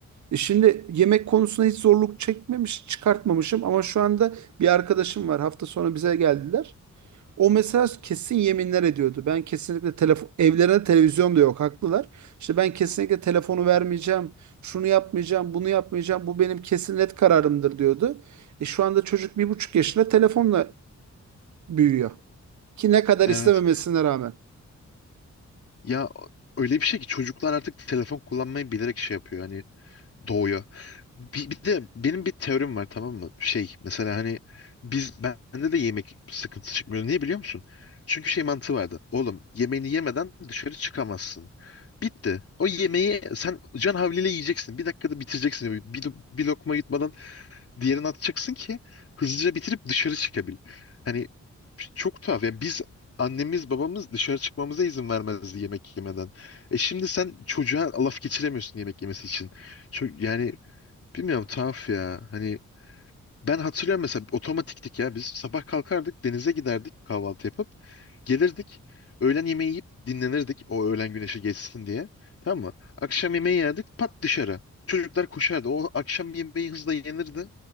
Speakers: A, on the right; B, on the left.
A: E şimdi yemek konusunda hiç zorluk çekmemiş, çıkartmamışım ama şu anda bir arkadaşım var. Hafta sonu bize geldiler. O mesela kesin yeminler ediyordu. Ben kesinlikle telefon evlerine televizyon da yok haklılar. İşte ben kesinlikle telefonu vermeyeceğim. Şunu yapmayacağım, bunu yapmayacağım. Bu benim kesin net kararımdır diyordu. E şu anda çocuk bir buçuk yaşında telefonla büyüyor. Ki ne kadar
B: evet
A: istememesine rağmen.
B: ya öyle bir şey ki çocuklar artık telefon kullanmayı bilerek şey yapıyor hani doğuyor. Bir, bir de benim bir teorim var tamam mı? Şey mesela hani biz bende de yemek sıkıntısı çıkmıyor. Niye biliyor musun? Çünkü şey mantığı vardı. Oğlum yemeğini yemeden dışarı çıkamazsın. Bitti. O yemeği sen can havliyle yiyeceksin. Bir dakikada bitireceksin. Bir, bir lokma yutmadan diğerini atacaksın ki hızlıca bitirip dışarı çıkabil. Hani çok tuhaf. Yani biz annemiz babamız dışarı çıkmamıza izin vermezdi yemek yemeden. E şimdi sen çocuğa laf geçiremiyorsun yemek yemesi için. Ço- yani Bilmiyorum tuhaf ya. Hani ben hatırlıyorum mesela otomatiktik ya. Biz sabah kalkardık denize giderdik kahvaltı yapıp gelirdik. Öğlen yemeği yiyip dinlenirdik o öğlen güneşi geçsin diye. Tamam mı? Akşam yemeği yerdik pat dışarı. Çocuklar koşardı. O akşam yemeği hızla yenirdi.